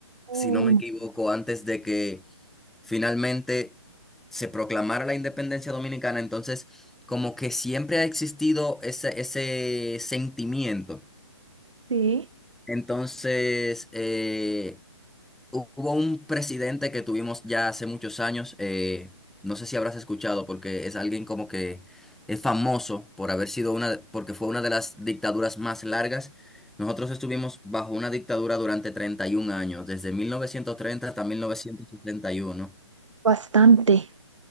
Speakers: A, on the right (about 70°); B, in the centre.
A: oh,
B: si no me equivoco, antes de que finalmente se proclamara la independencia dominicana. Entonces, como que siempre ha existido ese, ese sentimiento.
A: sí,
B: Entonces, eh, Hubo un presidente que tuvimos ya hace muchos años, eh, no sé si habrás escuchado, porque es alguien como que es famoso por haber sido una, porque fue una de las dictaduras más largas. Nosotros estuvimos bajo una dictadura durante 31 años, desde 1930 hasta 1971.
A: bastante.